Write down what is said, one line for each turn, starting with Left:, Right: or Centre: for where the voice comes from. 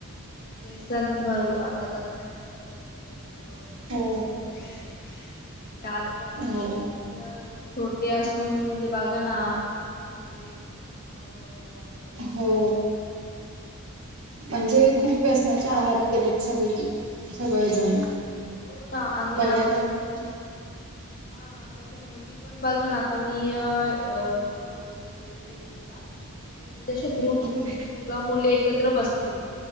Left: व्यसन भरवू आता करतायेत सर्व मुलं वगैरे
Right: हो
Left: ण आताची
Right: हो
Left: पिढी एवढी छोटी असून म्हणजे बग ना सगरेट तंबाकू वगैरे ार वगैरे पक
Right: हो म्हणजे खूप व्यसनाच्या आहारी गेलेत सगळे सगळे
Left: तेच
Right: जम
Left: ना. हो ना आणि
Right: बघायला
Left: आताच्या
Right: गेलं
Left: मु
Right: तर
Left: हा आताच्या मुली पण बघा ना आता मी तिकडे बाहेर गेलेले णज ग्रुप
Right: ओके
Left: ग्रुप मुलं मुली एकत्र बसलेली